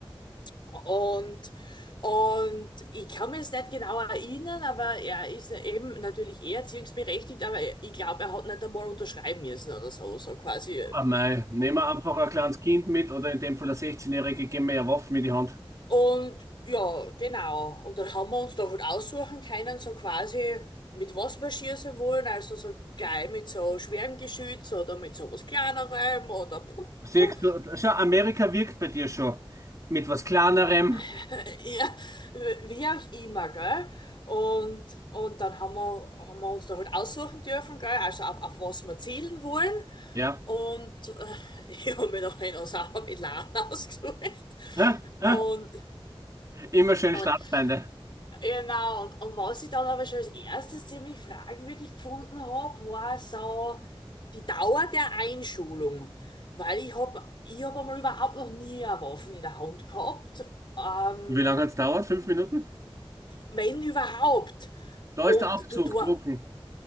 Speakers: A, on the left; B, on the right.
A: Und, und ich kann mir jetzt nicht genau erinnern, aber er ist ja eben natürlich eh erziehungsberechtigt, aber ich glaube, er hat nicht einmal unterschreiben müssen oder so, so quasi. äh,
B: Ah, mei, nehmen wir einfach ein kleines Kind mit oder in dem Fall ein 16-Jährige, geben wir ja Waffen in die Hand.
A: Und ja, genau. Und dann haben wir uns da halt aussuchen können, so quasi, mit was wir schießen wollen, also so gleich mit so schwerem Geschütz oder mit so was Kleinerem oder puh, puh,
B: Siehst
A: puh.
B: du, schau, Amerika wirkt bei dir schon. Mit was Kleinerem,
A: <laughs> Ja, wie auch immer, gell? Und, und dann haben wir, haben wir uns da halt aussuchen dürfen, gell? Also auf, auf was wir zielen wollen.
B: ja.
A: Und äh, <laughs> ich habe mir noch einen Osama Bin Laden <laughs> ausgesucht.
B: Hä?
A: Und,
B: Hä? Immer schön
A: und
B: Staatsfeinde.
A: genau, und, und was ich dann aber schon als erstes ziemlich fragwürdig gefunden habe, war so die Dauer der Einschulung. Weil ich habe ich hab einmal überhaupt noch nie eine Waffe in der Hand gehabt. Ähm,
B: Wie lange hat's dauert? Fünf Minuten?
A: wenn überhaupt.
B: Da
A: Und
B: ist der Abzug,
A: du, du,
B: drucken.